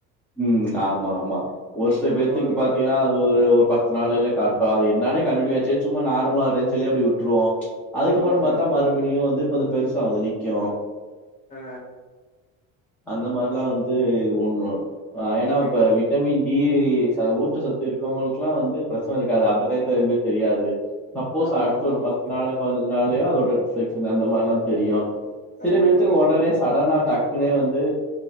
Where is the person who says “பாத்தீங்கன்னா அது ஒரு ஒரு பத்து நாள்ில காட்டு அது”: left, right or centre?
Centre